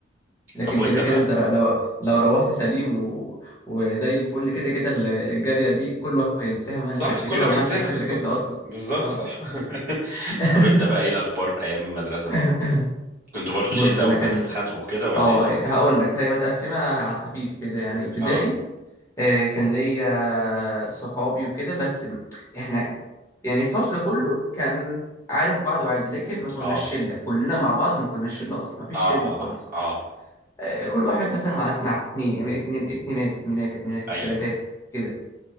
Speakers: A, on the left; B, on the right.
A: لكن
B: طب وانت
A: كده كده
B: بقى
A: انت لو لو روحت سليم و... وزي الفل كده كده ال- الجارية دي كله هينساها محدش
B: صح
A: هيفتكرها
B: كله
A: ومحدش
B: هينساها
A: هيفتكرك
B: بالظبط
A: انت اصلا
B: بالظبط
A: اه
B: صح <laughs>
A: <laughs>
B: طب انت بقى ايه الاخبار ايام المدرسه
A: <coughs>
B: كنتوا برضو
A: بص
B: شله
A: انا
B: وبتتخانقوا
A: كان
B: كده ولا
A: اه
B: ايه الاخبار
A: هقول لك هي متقسمة على الخفيف كده يعني ابتدائي
B: اه
A: آه، كان ليا صحابي وكده بس احنا يعني الفصل كله كان عارف بعضه عادي لكن ما كناش
B: اه
A: شلة كلنا مع بعض ما كناش شلة اصلا ما فيش
B: اه
A: شلة خالص
B: اه اه
A: آه، كل واحد مثلا مع مع اتنين يعني اتنين اتنينات اتنينات اتنينات
B: ايوه
A: تلاتات كده